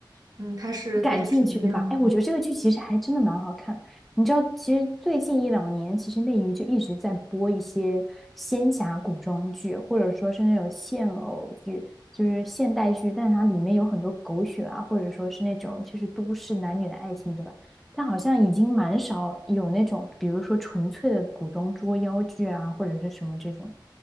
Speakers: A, on the right; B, in the centre.
A: 嗯，它是它是什么样的？
B: 你感兴趣，对吧？哎，我觉得这个剧其实还真的蛮好看的。你知道，其实最近一两年，其实内娱就一直在播一些仙侠古装剧，或者说是那种现偶剧，就是现代剧，但它里面有很多狗血啊，或者说是那种就是都市男女的爱情，对吧？但好像已经蛮少有那种，比如说纯粹的古装捉妖剧啊，或者是什么这种。